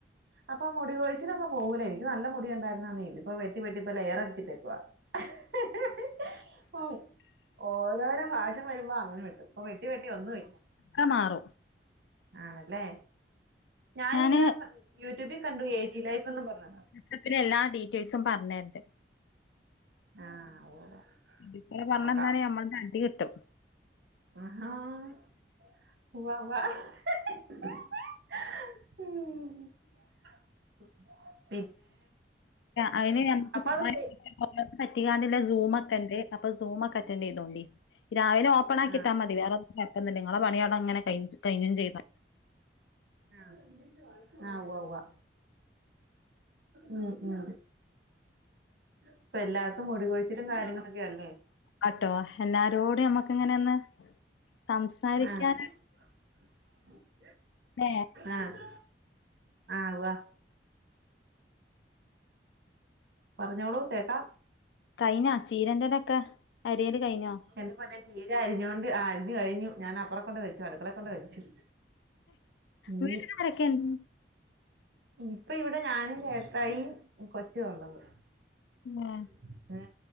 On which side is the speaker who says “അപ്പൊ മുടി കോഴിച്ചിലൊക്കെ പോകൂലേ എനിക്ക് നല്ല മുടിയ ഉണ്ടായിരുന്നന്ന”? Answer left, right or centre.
Right